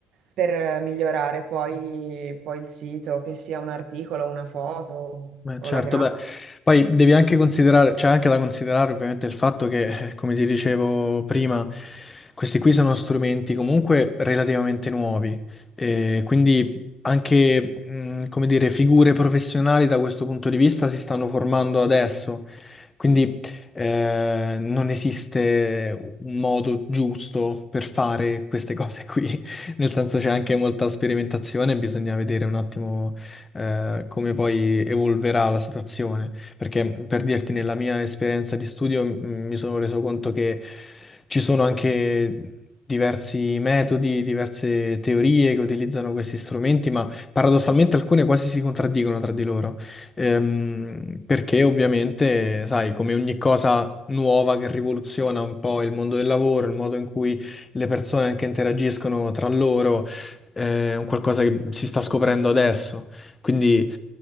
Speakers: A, on the right; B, on the left.
A: per, eh, migliorare poi, poi il sito, che sia un articolo, una foto
B: Beh,
A: o
B: certo,
A: la grafica.
B: beh, poi devi anche considerare, c'è anche da considerare ovviamente il fatto che, eh, come ti dicevo prima, questi qui sono strumenti comunque relativamente nuovi, e quindi anche, mh, come dire, figure professionali da questo punto di vista si stanno formando adesso, quindi eh, non esiste un modo giusto per fare queste cose qui, <laughs> nel senso c'è anche molta sperimentazione, bisogna vedere un attimo eh, come poi evolverà la situazione. Perché per dirti, nella mia esperienza di studio m- mi sono reso conto che ci sono anche diversi metodi, diverse teorie che utilizzano questi strumenti, ma paradossalmente alcune quasi si contraddicono tra di loro. Ehm, perché ovviamente, sai, come ogni cosa nuova che rivoluziona un po' il mondo del lavoro, il modo in cui le persone anche interagiscono tra loro, eh, è un qualcosa che si sta scoprendo adesso. Quindi